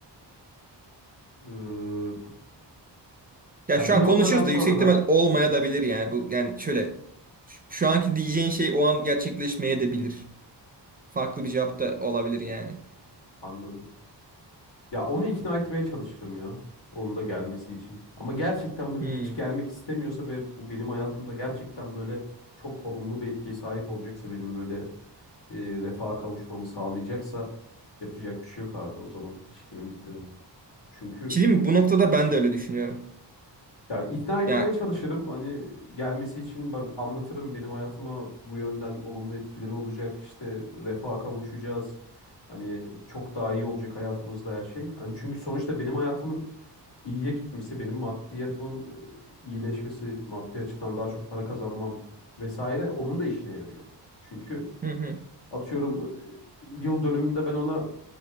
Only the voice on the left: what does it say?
Ee,
ya
bir
noktadan
sonra
da
anladım. Ya onu ikna etmeye çalışırım ya. Onun da gelmesi için. Ama gerçekten böyle
hiç gelmek
istemiyorsa ve bu benim hayatımda gerçekten böyle çok olumlu bir etkiye sahip olacaksa benim böyle e, refaha kavuşmamı sağlayacaksa yapacak bir şey yok abi. O zaman ilişkimi bitiririm. Çünkü
ya ikna etmeye
çalışırım. Hani gelmesi için ba- anlatırım benim hayatıma bu yönden olumlu etkileri olacak. İşte refaha kavuşacağız. Hani çok daha iyi olacak hayatımızda her şey. Hani çünkü sonuçta benim hayatımın iyiye gitmesi, benim maddiyatımın e, iyileşmesi, maddi açıdan daha çok para kazanmam vesaire onun da işine yarıyor. Çünkü
atıyorum e, yıl dönümünde ben ona